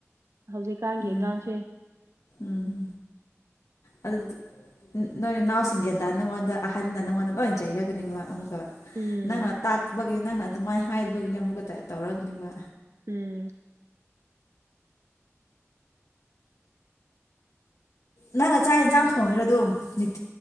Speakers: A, on the right; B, on the left.
A: ꯍꯧꯖꯤꯛꯀꯥꯟꯒꯤ
B: ꯎꯝ
A: ꯑꯉꯥꯡꯁꯦ
B: ꯎꯝ ꯑꯗꯨ ꯅꯣꯏ ꯏꯅꯥꯎꯁꯤꯡꯒꯤ ꯑꯗ ꯅꯪꯉꯣꯟꯗ ꯑꯍꯟꯅ ꯅꯪꯉꯣꯟꯗ ꯂꯣꯏꯅ ꯆꯩꯔꯒꯅꯦꯕ ꯑꯃꯅꯥ
A: ꯎꯝ
B: ꯇ ꯅꯪꯅ ꯑꯗꯨꯃꯥꯏꯅ ꯍꯥꯏꯕꯒꯤꯅꯦ ꯑꯃꯨꯛꯀꯛꯇ ꯇꯧꯔꯒꯅꯦꯕ
A: ꯎꯝ
B: ꯅꯪ ꯉ ꯆꯥꯛ ꯌꯦꯟꯁꯥꯡ ꯊꯣꯡꯉꯤꯔꯣ ꯑꯗꯨꯝ <unintelligible>